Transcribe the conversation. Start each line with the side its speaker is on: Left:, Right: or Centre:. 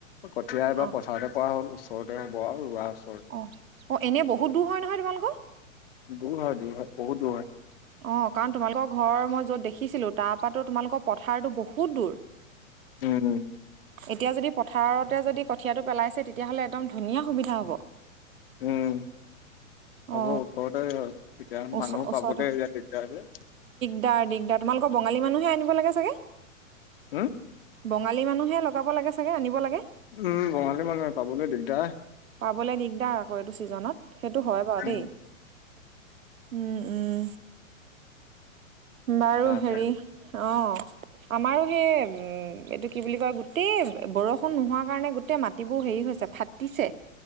Left: কঠিয় এইব
Right: অ
Left: পচাৰতে কৰা হ'ল ওচ ঘৰতে হ'ব আৰু ৰ।
Right: অ', অ', এনে বহুত দূৰ হয় নহয় তোমালোকৰ।
Left: দূৰ হয়, দূৰ হয়, বহুত দূৰ হয়।
Right: অ, কাৰণ তোমালোকৰ ঘৰ মই য'ত দেখিছিলো তাৰ পৰা তোমালোকৰ পথাৰতো বহুত দূৰ।
Left: উম
Right: এতিয়া যদি পথাৰতে যদি কঠীয়াটো পেলাইছে তেতিয়াহ'লে একদম ধুনীয়া সুবিধা হ'ব।
Left: উম হ'ব
Right: অ
Left: ওচৰতে এতিয়া
Right: ওচ
Left: মানুহ
Right: ওচৰতে
Left: পাবলৈ এয়া দিগদাৰ যে।
Right: দিগদাৰ, দিগদাৰ তোমালোকৰ বঙালী মানুহে আনিব লাগে চাগে।
Left: হুম
Right: বঙালী মানুহে লগাব লাগে চাগে, আনিব লাগে।
Left: উম, বঙালী মানুহে পাবলৈ দিগদাৰ।
Right: পাবলৈ দিগদাৰ আকৌ এইটো ছিজনত সেইটো হয় বাৰু
Left: উম
Right: দেই। উম, উম, বাৰু
Left: তাকে
Right: হেৰি অ, আমাৰো সেই এইটো কি বুলি কয় গোটেই বৰষুণ নোহোৱা কাৰণে গোটেই মাটিবোৰ হেৰি হৈছে ফাটিছে,